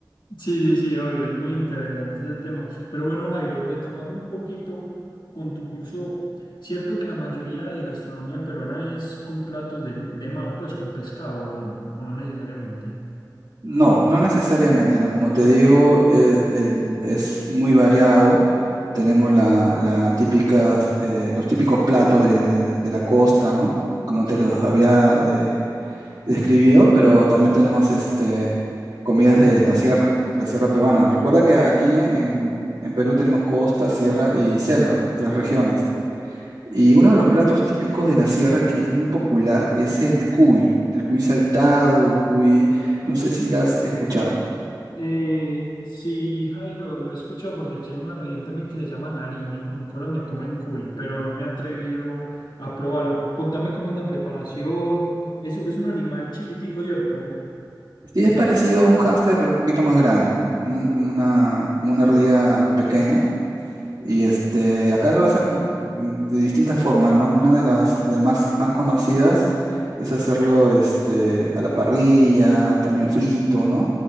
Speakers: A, on the left (about 85°); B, on the right (about 75°).
A: Sí, sí, sí, obvio, es muy interesante ese tema. Pero bueno, Jairo, retomando un poquito con tu curso, cierto que la mayoría de gastronomía peruana es con platos de, de mar, pues con pescado o no, o no necesariamente.
B: No, no necesariamente, ¿no? Como te digo, es, el- es muy variado. Tenemos la, la típicas, eh, los típicos platos de, de- de la costa, ¿no? Como
A: Sí.
B: te los había eh, describido, pero también tenemos este, comidas de la sierra, de la sierra peruana. Recuerda que aquí en, en Perú tenemos costa, sierra y selva, tres regiones. Y uno de los platos típicos de la sierra que es muy popular es el cuy, el cuy saltado, el cuy, no sé si lo has escuchado.
A: Eh, sí, Jairo, lo he escuchado porque aquí en una región también que se llama Nariño, en Colombia comen cuy, pero no me he atrevido a probarlo. Contame cómo es la preparación. Es, es un animal chiquitico, ¿cierto?
B: Sí, es parecido a un hámster, pero un poquito más grande, un- como una, como una ardilla pequeña. Y este, acá lo hacen mm, de distintas formas, ¿no? Una de las de más, más conocidas es hacerlo este, a la parrilla, también frito, ¿no?